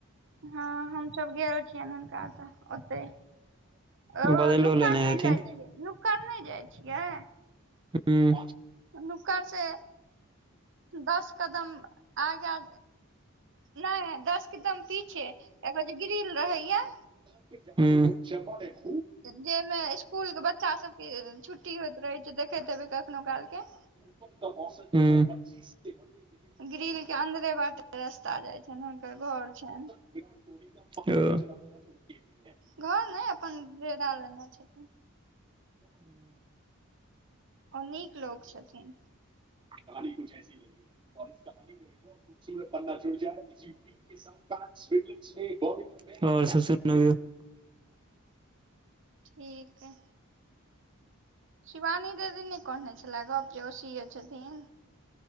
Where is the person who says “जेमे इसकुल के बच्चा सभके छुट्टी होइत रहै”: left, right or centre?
Right